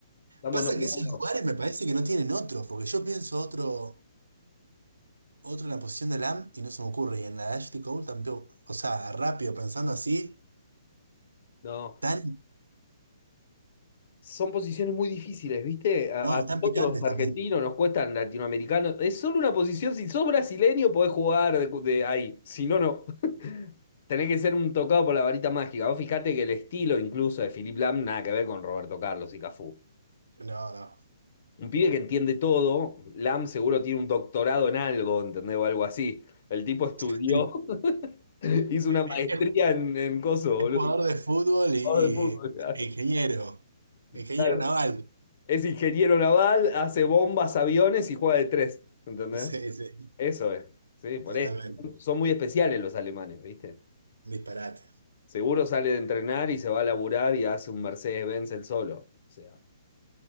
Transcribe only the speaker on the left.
vamos,
no, no.
no.
Son posiciones muy difíciles, ¿viste? A,
a
nosotros,
los argentinos,
nos cuestan latinoamericanos. Es solo una posición, si sos brasileño, podés jugar de, de ahí. Si no, no. <laughs> Tenés que ser un tocado por la varita mágica. Vos fijate que el estilo incluso de Philipp Lahm nada que ver con Roberto Carlos y Cafú.
Un pibe que entiende todo. Lam seguro tiene un doctorado en algo, ¿entendés? O algo así. El tipo estudió,
<laughs> hizo
una maestría en, en coso,
boludo.
Jugador de fútbol, claro.
Claro.
Es ingeniero naval, hace bombas, aviones y juega de tres, ¿entendés?
Eso es. Sí, por
eso. Son muy especiales los alemanes, ¿viste?
Seguro sale de entrenar y se va a laburar y hace un Mercedes-Benz el solo. O sea.